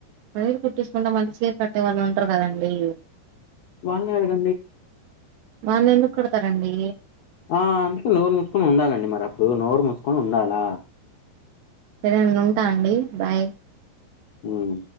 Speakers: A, on the right (about 80°); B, on the left (about 75°).
A: బయట కుట్టించుకుంటే మంచి చీరే కట్టే వాళ్ళు ఉండరు కదండి
B: వాళ్లని అడగండి
A: వాళ్ళు ఎందుకు కొడతారండి
B: ఆ అందుకే నోరు మూసుకొని ఉండాలండి మరి అప్పుడు నోరు మూసుకొని ఉండాలా
A: సరే అండి ఉంటా అండి బాయ్
B: హ్మ